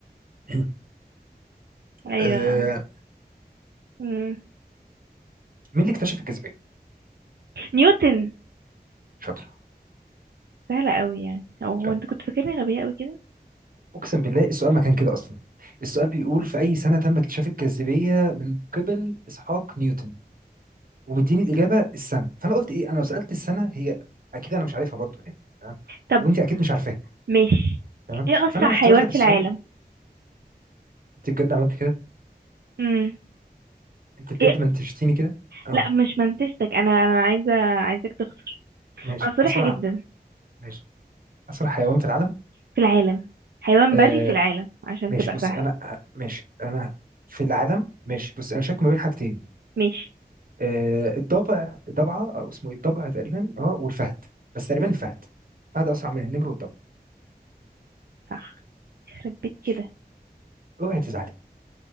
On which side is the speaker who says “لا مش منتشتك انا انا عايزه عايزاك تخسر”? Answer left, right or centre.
Right